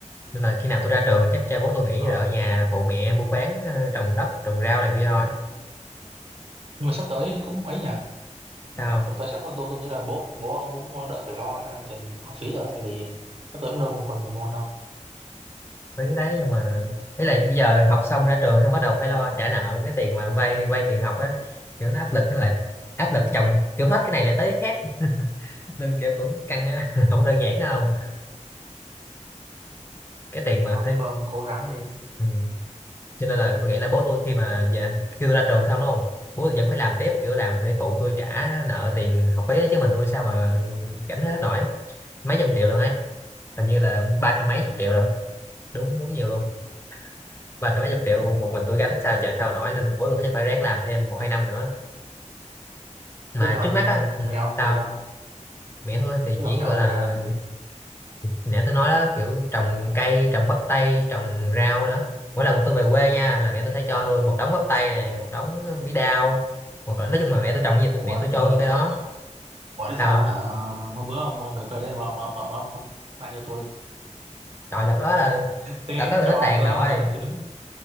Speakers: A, on the left; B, on the right.
A: nên là khi nào tôi ra trường thì chắc cha bố tôi nghỉ
B: đúng rồi
A: rồi ở nhà phụ mẹ em buôn bán ờ, trồng đất trồng rau này kia thôi
B: nhưng mà sắp tới cũng ấy nhỉ Ừ,
A: sao không
B: sắp tới chắc là tôi tôi nghĩ là bố bố ông cũng đỡ phải lo là tiền học phí rồi đấy tại vì sắp tới cũng đâu còn còn nhiều môn đâu
A: mấy cái đấy nhưng mà đấy là bây giờ học xong ra trường xong bắt đầu phải lo trả nợ cái tiền mà vay vay tiền học á kiểu nó áp lực nó lại áp lực chồng kiểu hết cái này lại tới cái khác <laughs> nên kiểu cũng căng á <laughs> không đơn giản đâu cái tiền mà
B: ông
A: thấy
B: cứ- ông cố gắng đi
A: ừ. cho nên là tôi nghĩ là bố tôi khi mà già khi tôi ra trường xong đúng không bố tôi vẫn phải làm tiếp kiểu làm để phụ tôi trả nợ tiền học phí ấy, chứ mình tôi sao mà gánh hết nổi mấy trăm triệu luôn ấy hình như là ba trăm mấy
B: ờ
A: chục triệu luôn, đúng đúng nhiều luôn ba trăm mấy chục triệu một mình tôi gánh sao trả sao nổi nên bố tôi chắc phải ráng làm thêm một
B: à.
A: hai năm nữa mà
B: Thế còn
A: trước mắt á ừ,
B: mẹ ông
A: tao
B: thì sao?
A: mẹ thôi thì
B: Chứ
A: chỉ
B: còn mẹ
A: gọi
B: ông
A: là
B: thì đang làm gì?
A: nãy tôi nói đó kiểu trồng cây trồng bắp tay trồng rau đó mỗi lần mà tôi về quê nha là mẹ tôi sẽ cho tôi một đống bắp tay này một đống bí đao hoặc là nói chung là mẹ tôi trồng cái gì tôi-
B: Ủa,
A: mẹ
B: ừ,
A: tôi cho tôi cái
B: ủa
A: đó
B: ủa, thế
A: sao
B: sao đó hả? Hôm bữa ông, ông về quê đây mà, mà, mà, mà ông không mang cho tôi.
A: trời đợt đó là
B: tí
A: đợt đó là
B: cho
A: nó tàn
B: có
A: rồi
B: mấy quả trứng.